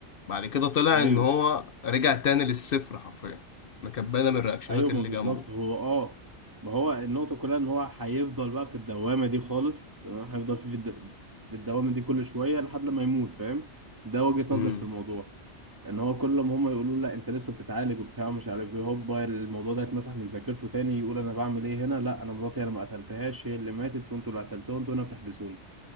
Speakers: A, on the left (about 55°); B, on the right (about 15°).
A: بعد كده طلع
B: ايوه
A: ان هو رجع تاني للصفر حرفيا ده كانت باينه من الرياكشنات
B: ايوه
A: اللي
B: ما بالظبط
A: جنبه
B: هو اه ما هو النقطة كلها ان هو هيفضل بقى في الدوامة دي خالص تمام هيفضل في في, الد... في الدوامة دي كل شوية لحد لما يموت فاهم ده وجهة
A: امم
B: نظر في الموضوع ان هو كل ما هم يقولوا له لا انت لسه بتتعالج وبتاع مش عارف ايه هوبا الموضوع ده يتمسح من ذاكرته تاني يقول انا بعمل ايه هنا لا انا مراتي انا ما قتلتهاش هي اللي ماتت وانتوا اللي قتلتوها وانتوا هنا بتحبسوني